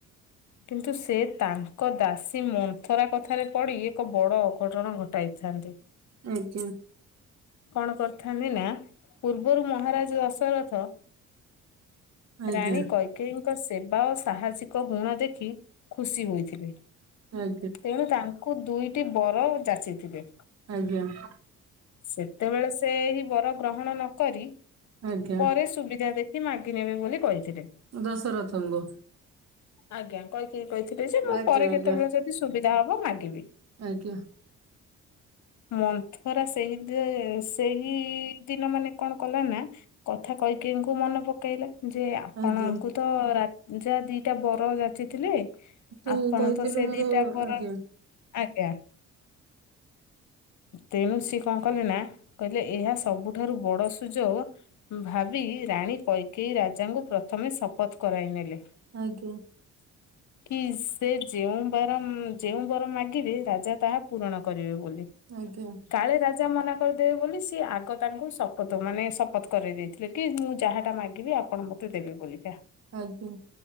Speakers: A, on the left (about 70°); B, on the right (about 55°).
A: କିନ୍ତୁ ସେ ତାଙ୍କ ଦାସୀ ମନ୍ଥରା କଥାରେ ପଡ଼ି ଏକ ବଡ଼ ଅଘଟଣ ଘଟାଇଥାନ୍ତି।
B: ଆଜ୍ଞା।
A: କଣ କରିଥାନ୍ତି ନା ପୂର୍ବରୁ ମହାରାଜ ଦଶରଥ
B: ଆଜ୍ଞା
A: ରାଣୀ କୈକୟୀଙ୍କ ସେବା ଓ ସାହସିକ ଗୁଣ ଦେଖି ଖୁସି ହୋଇଥିବେ।
B: ଆଜ୍ଞା
A: ତେଣୁ ତାଙ୍କୁ ଦୁଇଟି ବର ଯାଚିଥିବେ।
B: ଆଜ୍ଞା।
A: ସେତେବେଳେ ସେ ଏହି ବର ଗ୍ରହଣ ନ କରି,
B: ଆଜ୍ଞା
A: ପରେ ସୁବିଧା ଦେଖି ମାଗିନେବେ ବୋଲି କହିଥିଲେ।
B: ଦଶରଥଙ୍କୁ।
A: ଆଜ୍ଞା କୈକେଇ କହିଥିଲି ଯେ, ମୁଁ
B: ଆଜ୍ଞା
A: ପରେ
B: ଆଜ୍ଞା
A: କେତେବେଳେ ଯଦି ସୁବିଧା ହବ ମାଗିବି।
B: ଆଜ୍ଞା।
A: ମନ୍ଥରା ସ ସେହି ଦି ସେହି ଦିନ ମାନେ କଣ କଲା ନା କଥା କୈକେୟୀ ଙ୍କୁ ମନେ ପକେଇଲା ଯେ ଆପଣଙ୍କୁ
B: ଆଜ୍ଞା
A: ତ ରାଜା ଦି ଦିଟା ବର ଯାଚିଥିଲେ
B: ତୁ
A: ଆପଣ
B: କହିଥିଲୁ
A: ତ ସେ
B: ମୋର
A: ଦିଟା ବର
B: ଆଜ୍ଞା
A: ଆଜ୍ଞା, ତେଣୁ ସେ କଣ କଲେ ନା କହିଲେ ଏହା ସବୁଠାରୁ ବଡ଼ ସୁଯୋଗ ଭାବିକି ରାଣୀ କୈକେୟୀ ରାଜାଙ୍କୁ ପ୍ରଥମେ ଶପଥ କରାଇନେଲେ।
B: ଆଜ୍ଞା।
A: <inaudible> କି ସେ ଯେଉଁ ବାର ଯେଉଁ ବର ମାଗିବେ ରାଜା ତାହା ପୂରଣ କରିବେ ବୋଲି।
B: ଆଜ୍ଞା।
A: କାଳେ ରା ରାଜା ମନା କରିଦେବେ ବୋଲି ସିଏ ଆଗ ତାଙ୍କୁ ଶପଥ ମାନେ ଶପଥ କରାଇ ଦେଇଥିଲେ କି ମୁଁ ଯାହାଟା ମାଗିବି ଆପଣ ମତେ ଦେବେ ବୋଲିକା।
B: ଆଜ୍ଞା।